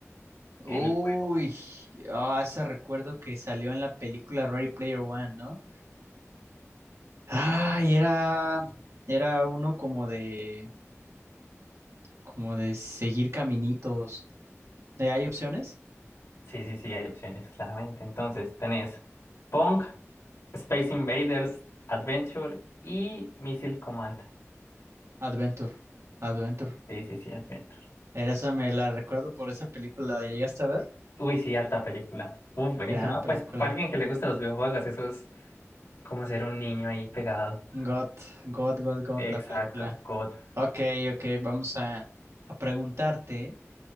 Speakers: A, on the right; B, on the left.
A: Uy,
B: en el juego?
A: ah, ese recuerdo que salió en la película Ready Player One, ¿no? Ay, era, era uno como de, como de seguir caminitos. Eh, ¿Hay opciones?
B: Sí, sí, sí, hay opciones, claramente. Entonces, tenés Pong, Space Invaders, Adventure y Missile Command.
A: Adventure, Adventure.
B: Sí, sí, sí, Adventure.
A: Era Esa me la recuerdo por esa película. ¿La llegaste a ver?
B: Uy, sí, alta película. Uf, buenísima.
A: Gran película.
B: Pues para alguien que le gustan los videojuegos, eso es como ser un niño ahí pegado.
A: God, God, God, God,
B: Exacto,
A: la película.
B: God.
A: Ok, ok, vamos a, a preguntarte,